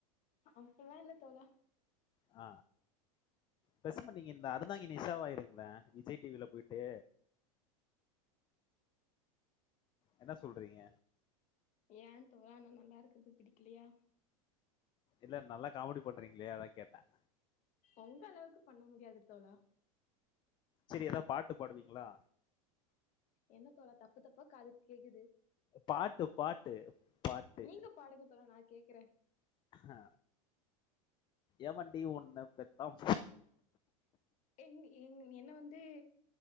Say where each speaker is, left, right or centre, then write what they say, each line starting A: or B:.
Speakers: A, on the left; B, on the left.
A: அப்பில்லா இல்ல தோழா
B: அ பெசமா நீங்க இந்த அறந்தாங்கி நிஷாவாயிருங்ளன் விஜய் டிவில போயிட்டு என்ன சொல்றீங்க
A: ஏந்தோழா நா நல்லாருக்குறது பிடிக்கலையா
B: இல்ல நல்லா காமெடி பண்றீங்ளே அதான் கேட்டன்
A: ஒங்க அளவுக்கு பண்ண முடியாது தோழா
B: செரி எதா பாட்டு பாடுவீங்ளா
A: என்ன தோழா தப்பு தப்பா காதுக்கு கேக்குது
B: பாட்டு பாட்டு பாட்டு.
A: நீங்க பாடுங்க தோழா நாங்கேக்குறன்
B: அ எவண்டி ஒன்ன பெத்தான்
A: எங் எங் என்ன வந்து